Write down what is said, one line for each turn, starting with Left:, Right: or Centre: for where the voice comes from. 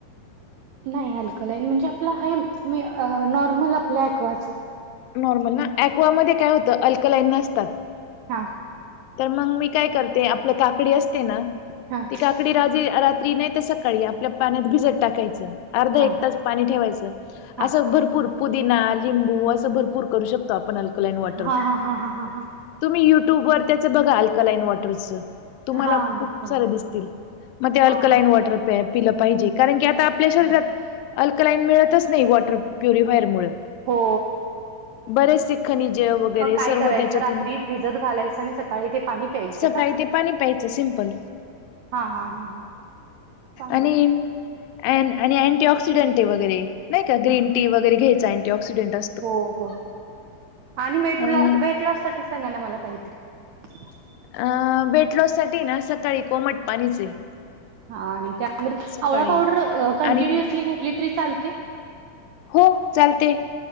Right: नाही अल्कलाईन म्हणजे आपलं हे म नॉर्मल आपल्या एकवा
Left: नॉर्मल ना ऍक्वामध्ये काय होतं अल्कलाईन नसतात.
Right: हा
Left: तर मग मी काय करते आपलं काकडी असते ना
Right: हां,
Left: ती काकडी राजी रात्री नाही. सकाळी आपल्या पाण्यात भिजत टाकायचं अर्धा
Right: हां,
Left: एक तास पाणी ठेवायच
Right: हां.
Left: असं भरपूर पुदिना लिंबू असं भरपूर करू शकतो आपण अकलान वॉटर
Right: हां, हां, हां, हां, हां, हां.
Left: तुम्ही युट्यूब वर त्याचं बघा अल्कलाइन वॉटरच तुम्हाला
Right: हां,
Left: खूप
Right: बघते
Left: सारं
Right: ना.
Left: दिसतील मग ते अल्कलाईन
Right: हां, हां,
Left: वॉटर पिलं पाहिजे कारण की आता आपल्या शरीरात
Right: हां, हां.
Left: अल्कलाईन मिळतच नाही वॉटर प्युरिफायर मुळे
Right: हो
Left: बरेच खनीजे वगैरे
Right: मग काय
Left: सर्व
Right: करायचं
Left: त्याच्यातून
Right: रात्री भिजत घालायचं आणि सकाळी ते पाणी प्यायचं
Left: सकाळी
Right: का
Left: ते पाणी प्यायचं सिम्पल
Right: हा हा हा हा चांगलंय
Left: आणि अ आणि अँटी ऑक्सिडंट आहे वगैरे नाही का ग्री
Right: हा
Left: टी वगैरे घ्यायचा अँट ऑक्सडेंटं
Right: हो हो आणि मे
Left: आणि
Right: वेट लॉससाठी ते सांगा ना मला काहीतरी
Left: अ वेटलॉस साठी ना सकाळी कोमट पाणीच आहे.
Right: हा आणि त्यामध्ये
Left: सकाळी
Right: आवळा पावडर कंटिन्युअसली
Left: आणि
Right: घेतली तरी चालते?
Left: हो चालते.